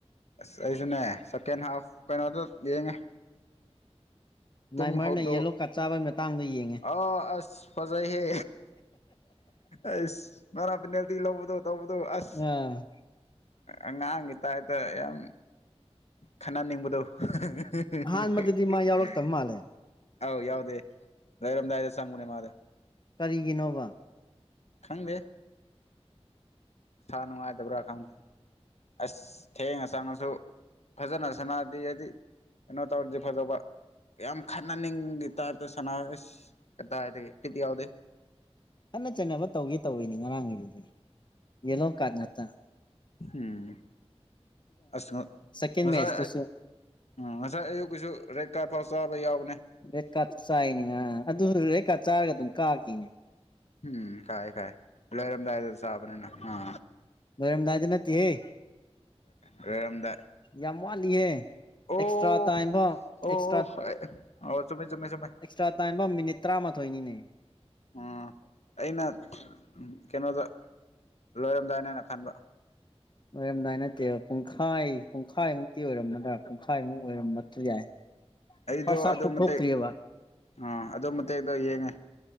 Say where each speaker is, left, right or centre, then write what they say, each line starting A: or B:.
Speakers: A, on the left; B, on the left.
A: ꯑꯁ ꯑꯩꯁꯨꯅꯦ ꯁꯦꯀꯦꯟ ꯍꯥꯐ ꯀꯩꯅꯣꯗ ꯌꯦꯡꯉꯦ ꯇꯝ
B: ꯅꯥꯏꯃꯔꯅ
A: ꯍꯧꯥꯎꯗꯣ
B: ꯌꯦꯂꯣ ꯀꯥꯔꯠ ꯆꯥꯕꯒꯤ ꯃꯇꯥꯡꯗ ꯌꯦꯡꯉꯦ
A: ꯑ ꯑꯁ ꯐꯖꯩꯍꯦ ꯑꯁ ꯃꯥꯅꯥ ꯄꯤꯅꯦꯜꯇꯤ ꯂꯧꯕꯗꯣ ꯇꯧꯕꯗꯣ ꯑꯁ
B: ꯑꯥ
A: ꯑꯉꯥꯡꯒꯤ ꯇꯥꯏꯞꯇ ꯌꯥꯝ ꯈꯟꯅꯅꯤꯡꯕꯗꯣ <unintelligible>
B: ꯑꯍꯥꯟꯕꯗꯗꯤ ꯃꯥ ꯌꯥꯎꯔꯛꯇꯕ ꯃꯥꯜꯂꯦ
A: ꯑꯥꯎ ꯌꯥꯎꯗꯦ ꯩꯔꯝꯗꯥꯏꯔ ꯆꯒꯨꯅꯦ ꯃꯥꯗ
B: ꯀꯔꯤꯒꯤꯅꯣꯕ
A: ꯈꯪꯗꯦ ꯑꯁꯥ ꯅꯨꯡꯉꯥꯏꯇꯕ꯭ꯔꯥ ꯈꯪꯗꯦ ꯑꯁ ꯊꯦꯡ ꯉꯁꯥꯡꯅꯁꯨ ꯐꯖꯅ ꯁꯥꯟꯅꯔꯗꯤ ꯍꯥꯏꯗꯤ ꯀꯩꯅꯣ ꯇꯧꯔꯗꯤ ꯐꯖꯕ ꯀꯌꯥꯝ ꯈꯠꯅꯅꯤꯡꯈꯤ ꯇꯞꯇ ꯁꯥꯟꯅꯁ ꯀꯗꯥꯏꯗꯒꯤ ꯄꯤꯗꯤ ꯌꯥꯎꯗꯦ
B: ꯀꯠꯅ ꯆꯩꯅꯕ ꯇꯧꯒꯦ ꯇꯧꯋꯤꯅꯤ ꯉꯔꯥꯡꯒꯤꯗꯨꯗꯤ ꯌꯦꯂꯣ ꯀꯥꯔꯠ ꯉꯠꯇ
A: ꯎꯝ ꯑꯁ
B: ꯁꯦꯀꯦꯟ
A: ꯉꯁꯥꯏ
B: ꯃꯦꯠꯁꯇꯨꯁꯨ
A: ꯉꯁꯥꯏ ꯑꯌꯨ ꯀꯁꯨ ꯔ ꯐꯥꯎꯁꯕ ꯌꯥꯎ
B: ꯔꯦꯠ ꯀꯥꯔ ꯆꯥꯏꯅꯦ ꯑ ꯑꯗꯨꯁꯨ ꯔꯦꯠ ꯀꯥꯔꯗ ꯆꯥꯔꯒ ꯑꯗꯨꯝ ꯀꯥꯈꯤꯅꯦ
A: ꯎꯝ ꯀꯥꯏ ꯀꯥꯏ ꯐ ꯂꯔꯝꯗ ꯍꯥꯏꯗ ꯆꯕꯅꯦꯅ ꯑ
B: ꯑꯣꯏꯣꯏꯔꯝꯗꯥꯏꯗ ꯅꯠꯇꯦꯍꯦ
A: ꯂꯣꯏꯔꯝꯗꯥꯏ
B: ꯌꯥꯝ ꯋꯥꯠꯂꯤꯍꯦ
A: ꯑꯣ
B: ꯑꯦꯛꯁꯇ꯭ꯔꯥ ꯇꯥꯏ
A: ꯑꯣ
B: ꯑꯦꯁꯇ꯭ꯔꯥ
A: ꯑꯣ ꯆꯨꯝꯃꯦ ꯆꯨꯝꯃꯦ ꯆꯨꯝꯃꯦ
B: ꯑꯦꯁꯇ꯭ꯔꯥ ꯇꯥꯏ ꯃꯤꯅꯤꯇꯔꯥ ꯊꯣꯏꯅꯤꯅꯦ
A: ꯎ ꯑꯩꯅ ꯀꯩꯅꯣꯗ ꯂꯣꯏꯔꯝꯗꯥꯏꯅꯦꯅ ꯈꯟꯕ
B: ꯣꯏ ꯌꯥꯝꯗꯥꯏ ꯅꯠꯇ ꯄꯨꯡꯈꯥꯏ ꯄꯨꯡꯈꯥꯏꯃꯨꯛꯇꯤ ꯑꯣꯏꯔꯝꯃꯗ꯭ꯔꯥ ꯄꯨꯡꯈꯥꯏꯃꯨꯛ ꯑꯣꯏꯔꯝꯃꯛꯇ꯭ꯔꯁꯨ ꯌꯥꯏ
A: ꯑꯩꯗ
B: ꯐꯥꯔꯁ ꯍꯥꯞꯄꯨ
A: ꯑꯗꯨꯗ ꯃꯠꯇꯦꯛ
B: ꯊꯣꯛꯇ꯭ꯔꯤꯑꯕ
A: ꯑꯥ ꯑꯗꯨ ꯃꯇꯦꯛꯛꯇꯣ ꯌꯦꯡꯉꯦ